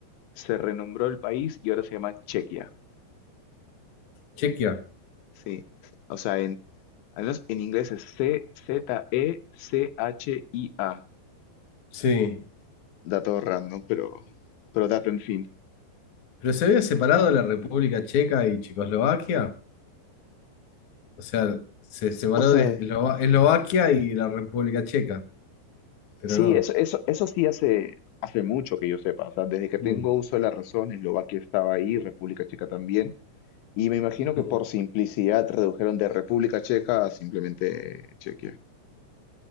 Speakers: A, on the left; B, on the left.
A: se renombró el país y ahora se llama Chequia.
B: Chequia.
A: Sí, o sea, en, al menos en inglés es C-Z-E-C-H-I-A.
B: Sí,
A: Dato random, pero, pero dato en fin.
B: Pero se había separado de la República Checa y Checoslovaquia. O sea, se separó
A: O sea,
B: de Eslova- Eslovaquia y la República Checa. Pero
A: Sí,
B: no.
A: eso, eso, eso sí hace, hace mucho que yo sepa. O sea, desde que tengo
B: Mm,
A: uso de la razón, Eslovaquia estaba ahí, República Checa también. Y me imagino que
B: mm,
A: por simplicidad redujeron de República Checa a simplemente Chequia.